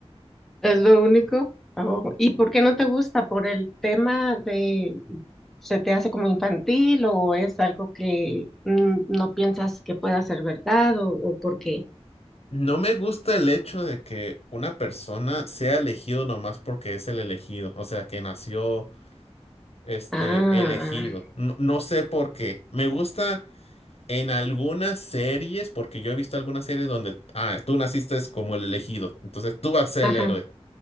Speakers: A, in the centre; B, on the left (about 65°).
A: Es lo único. Oh, ¿Y por qué no te gusta? ¿Por el tema de se te hace como infantil o es algo que mm, no piensas que pueda ser verdad o, o por qué?
B: No me gusta el hecho de que una persona sea elegido nomás porque es el elegido, o sea, que nació este
A: Ah,
B: elegido. No, no sé por qué. Me gusta en algunas series, porque yo he visto algunas series donde, ah, tú naciste es como el elegido, entonces tú vas a ser
A: ajá.
B: el héroe.